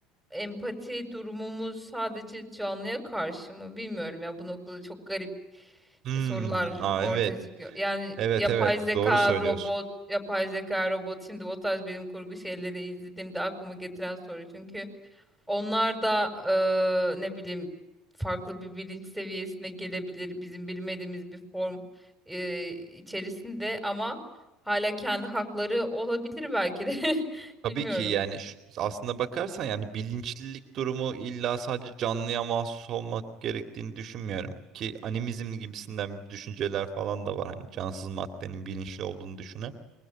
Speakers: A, in the centre; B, on the right.
A: empati durumumuz sadece canlıya karşı mı bilmiyorum ya bu noktada çok garip
B: Hmm,
A: sorular
B: aa
A: ortaya
B: evet.
A: çıkıyor. Yani
B: Evet
A: yapay
B: evet
A: zeka,
B: doğru söylüyorsun.
A: robot, yapay zeka, robot şimdi o tarz bilim kurgu şeyleri izlediğimde aklıma getiren soru çünkü onlar da eee, ne bileyim farklı bir bilinç seviyesine gelebilir. Bizim bilmediğimiz bir form eee, içerisinde ama hala kendi hakları olabilir belki de. <laughs>
B: Tabii
A: Bilmiyorum.
B: ki yani şu- aslında bakarsan yani bilinçlilik durumu illa sadece canlıya mahsus olmak gerektiğini düşünmüyorum. Ki animizm gibisinden düşünceler falan da var. Hani cansız maddenin bilinçli olduğunu düşünen.